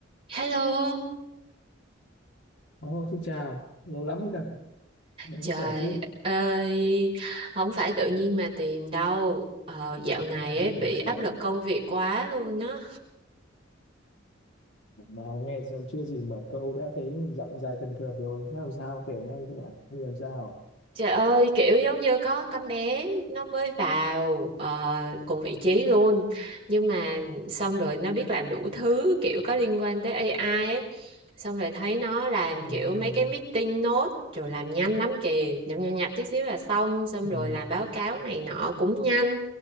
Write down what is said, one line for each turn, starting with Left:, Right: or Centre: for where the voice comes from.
Right: Hello,
Left: Ồ, xin chào, lâu lắm mới gặp, em
Right: trời
Left: vẫn khỏe chứ?
Right: ơi, không phải tự nhiên mà tìm đâu. Ờ, dạo này
Left: Ừ,
Right: ấy bị áp
Left: Giờ
Right: lực công việc quá luôn á.
Left: mà nghe giờ chưa gì mở câu đã thấy giọng dài thần thượt rồi, thế làm sao kể ngay các bạn, bây giờ làm sao?
Right: Trời ơi, kiểu giống như có con bé nó mới vào ờ, cùng vị trí luôn. Nhưng mà xong rồi nó biết làm đủ thứ kiểu có liên quan tới AI ấy. Xong rồi thấy nó làm
Left: Ờ,
Right: kiểu mấy cái meeting note rồi làm nhanh lắm kìa, nhập nhập nhập tí xíu là xong, xong
Left: ừ,
Right: rồi làm báo cáo này nọ cũng nhanh.